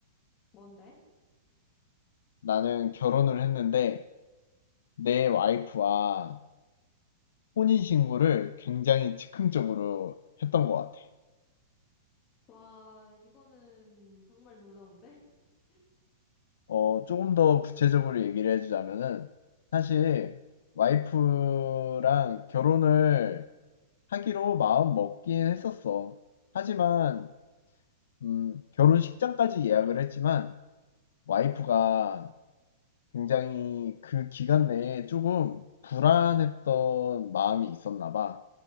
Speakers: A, on the left (about 20°); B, on the left (about 70°).
A: 뭔데?
B: 나는 결혼을 했는데, 내 와이프와 혼인신고를 굉장히 즉흥적으로 했던 것 같아.
A: 와, 이거는 정말 놀라운데? <laughs>
B: 어, 조금 더 구체적으로 얘기를 해주자면은, 사실, 와이프랑 결혼을 하기로 마음 먹긴 했었어. 하지만, 음, 결혼식장까지 예약을 했지만, 와이프가 굉장히 그 기간 내에 조금 불안했던 마음이 있었나 봐.